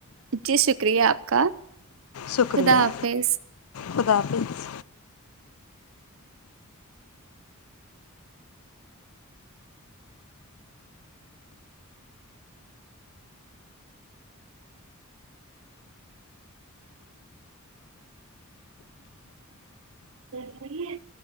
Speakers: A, on the right; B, on the left.
A: جی شکریہ آپ کا
B: شکریہ
A: خدا حافظ
B: خدا حافظ
A: تو